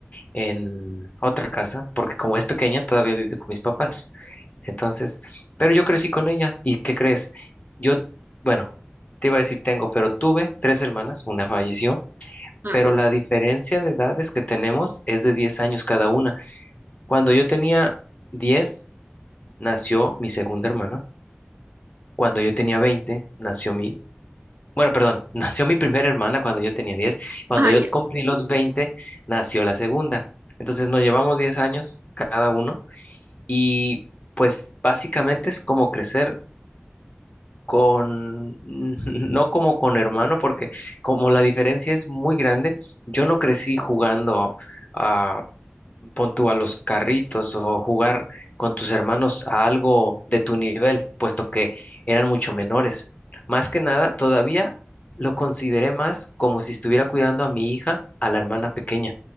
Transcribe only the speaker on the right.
Ah,
como-
ah,
ya,